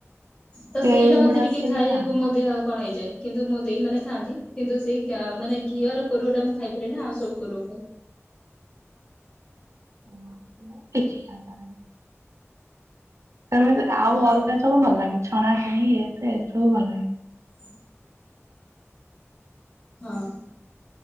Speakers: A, on the left; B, on the right.
A: ତ
B: ସେଇଗୁଡାକୁ
A: ସେଇଟା ମତେ ଟିକେ ଖାଇବାକୁ
B: ବି ଖାଆନ୍ତି।
A: ମୋ ଦେହ କଣ ହେଇଯାଏ କିନ୍ତୁ ମୋ ଦେଇମାନେ ଖାଆନ୍ତି କିନ୍ତୁ ସେଇ ମାନେ ଘିଅର କୋରୁଅ ଟା ମୁଁ ଖାଇପାରେନା ଆଉ ସବୁ କୋରୁଅ ଖାଏ।
B: ନା ମୁଁ କିଛି ଖାଇ ପାରେନା। ତାମାନେ ଆଉ
A: ହଁ
B: ଅଲଗା ସବୁ ଭଲ ଲାଗେ ଛଣାଛଣି ଇଏ ସିଏ ଏସବୁ ଭଲ ଲାଗେ।
A: ଚିଂ ହଁ।